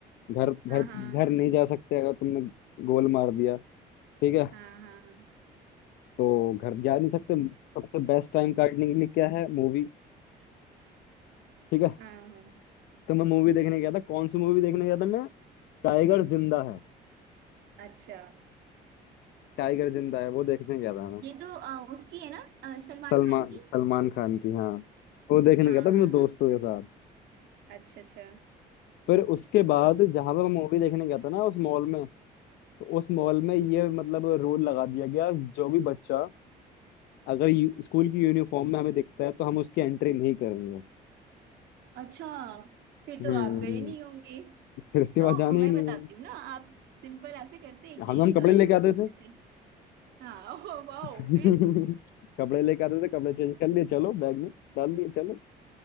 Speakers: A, on the left; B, on the right.
A: घर घर
B: हाँ
A: घर
B: हाँ
A: नहीं जा सकते अगर तुमने गोल मार दिया ठीक है
B: हाँ हाँ
A: तो घर जा नहीं सकते सबसे बेस्ट टाइम काटने के लिए क्या है मूवी ठीक है
B: हाँ हाँ
A: तो मैं मूवी देखने गया था कौन सी मूवी देखने गया था मैं टाइगर जिंदा है
B: अच्छा
A: टाइगर जिंदा है वो देखने गया था मैं
B: ये तो अ, उसकी है ना अ, सलमान
A: सलमान
B: खान की
A: सलमान खान की हाँ वो देखने
B: हाँ
A: गया था
B: हाँ
A: मेरे
B: हाँ
A: दोस्तों के साथ
B: अच्छा अच्छा
A: फिर उसके बाद जहां पर मैं मूवी देखने गया था ना उस मॉल में तो उस मॉल में ये मतलब रूल लगा दिया गया जो भी बच्चा अगर यू- स्कूल की यूनिफॉर्म में हमें दिखता है तो हम उसकी एंट्री नहीं करेंगे
B: अच्छा फिर
A: हम्म
B: तो आप गए नहीं होंगे
A: फिर उसके
B: तो
A: बाद जाने
B: मैं
A: ही नहीं
B: बताती
A: हुआ
B: हूँ ना आप सिंपल ऐसे करते हैं कि
A: हम हम
B: अ,
A: कपड़े लेके आते थे
B: जैसे हाँ <laughs> ओ वाओ
A: <laughs>
B: फिर
A: कपड़े लेके आते थे कपड़े चेंज कर लिए चलो बैग में डाल दिए चलो